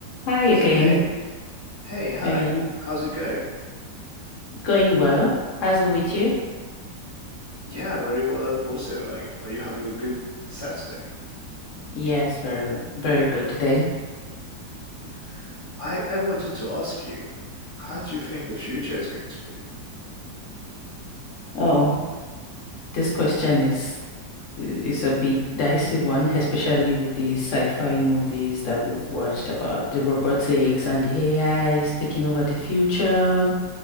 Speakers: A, on the left (about 55°); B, on the left (about 20°).
A: Hi
B: So
A: again.
B: hey, hey, hi,
A: Uh,
B: how's it going?
A: going well. How's it with you?
B: Yeah, very well as- also. Like, are you having a good Saturday?
A: Yes, very, very good today.
B: Yeah. I I wanted to ask you, how do you think the future is going to be?
A: Oh, this question is is a bit dicey one, especially with the sci-fi movies that we've watched about the robotics and the AIs taking over the future.